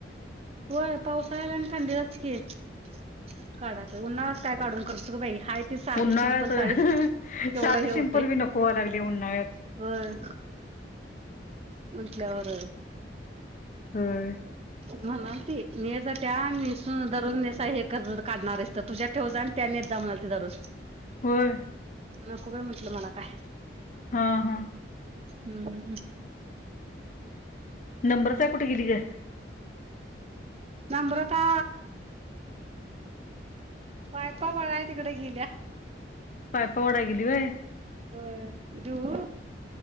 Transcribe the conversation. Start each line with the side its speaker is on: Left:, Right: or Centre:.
Right: व्हय पावसाळ्याला आणि थंडीलाच की काढाय पाहिजे, उन्हाळ्यात काय काढून करचं ग बाई? हाय ती साधी
Left: उन्हाळ्यात
Right: सिंपल साडीच, केवढ
Left: साधी
Right: हे होतय.
Left: सिंपल बी नको व्हाय लागली उन्हाळ्यात
Right: होय म्हटल्यावर
Left: होय.
Right: म्हणाल ती, न्हेजा त्या आणि नेसून दररोज नेसून हे करनार काढणार हायीस तर, तुझ्या ठेव जा आणि त्या नेस जा म्हणालती दरोज.
Left: होय.
Right: नको बाई म्हटलं, मला काय?
Left: हा हा.
Right: हू हू.
Left: नम्रता कुठ गेली ग?
Right: नम्रता. पायपा वडाय तिकडं गेल्या.
Left: पायपा वडाय गेली वय.
Right: होय देऊ.